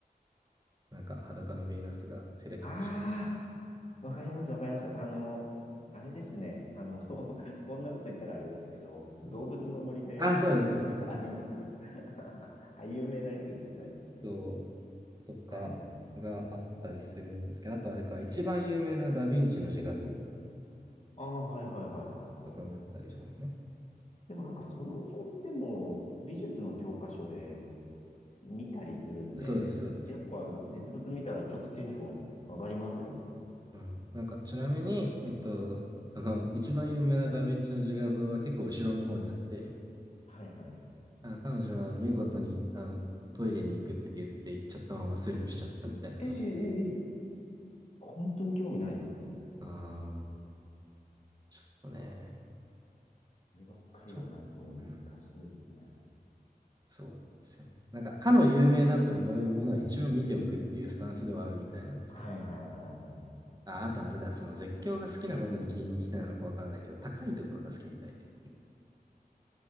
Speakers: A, on the right; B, on the left.
A: なんか裸のヴィーナスが手で隠して、
B: ああ。わかります、わかります。あの、あれですね。あの、<laughs> こんなこと言ったらあれですけど、動物の森で、
A: あ、そうです、
B: なんかありますね。
A: そうです、そうです。
B: <laughs> あ、有名なやつですね。
A: そう、とかがあったりするんですけど、
B: はいはいはい。
A: あとあれか、一番有名なダヴィンチの自画像
B: ああ、はいはいはいはいはい。
A: とかがあったりしますね。
B: でもなんかその辺ってもう美術の教科書で見たりするんで、
A: そうです、そうです。
B: やっぱ実物見たらちょっとテンション上がりますよね。
A: うん、なんかちなみに、えっと、その一番有名なダ・ヴィンチの自画像は結構後ろの方にあって、
B: はいはい。
A: あの彼女は見事にあのトイレに行くって言って行っちゃったままスルーしちゃったみたいなので、
B: ええええええ本当に興味ないんですね。
A: あーちょっとね、
B: こればっかりはなんとも難しいですね。
A: ちょっと、うん、そうなんですよね。なんか、かの有名なと呼ばれるものは一応見ておくっていうスタンスではあるみたいなんですけど。
B: はいはいはいはいはいはい。
A: あ、あとあれだ、その絶叫が好きなことに起因してなのかわからないけど、高いところが好きみたいで。